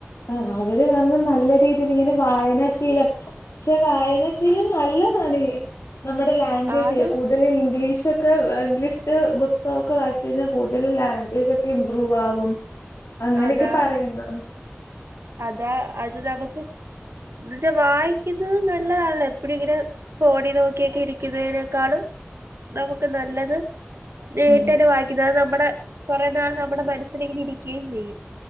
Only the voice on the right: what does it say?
ആണ്
അതാ
അതാ അത് നമുക്ക് എന്ന് വച്ചാ വായിക്കുന്നത് നല്ലതാണല്ലോ എപ്പോഴ ഇങ്ങനെ ഫോണിൽ നോക്കിയൊക്കെ ഇരിക്കുന്നതിനേക്കാളും നമുക്ക് നല്ലത് നേട്ടന്നെ
വായിക്കുന്നത് അത് നമ്മുടെ കുറെ നാൾ നമ്മുടെ മനസ്സിനെങ്ങനെ ഇരിക്കുകയും ചെയ്യും